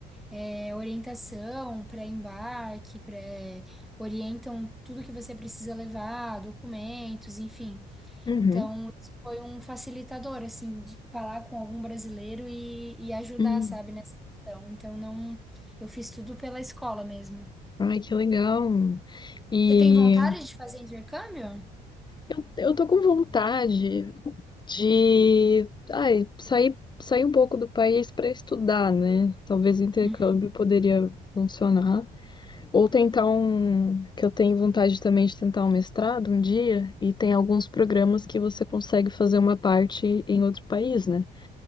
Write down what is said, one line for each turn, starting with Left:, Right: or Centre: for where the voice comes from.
Centre: eh, orientação, pré-embarque, pré... orientam tudo que você precisa levar, documentos, enfim.
Left: uhum,
Centre: Então, isso foi um facilitador, assim, de falar com algum brasileiro e, e ajudar,
Left: hum.
Centre: sabe, nessa questão. Então, não, eu fiz tudo pela escola mesmo.
Left: Ai, que legal. E
Centre: Você tem vontade de fazer intercâmbio?
Left: eu, eu tô com vontade de, ai, sair, sair um pouco do país para estudar, né? Talvez o intercâmbio
Centre: Hum.
Left: poderia funcionar. Ou tentar um, que eu tenho vontade também de tentar um mestrado um dia, e tem alguns programas que você consegue fazer uma parte em outro país, né?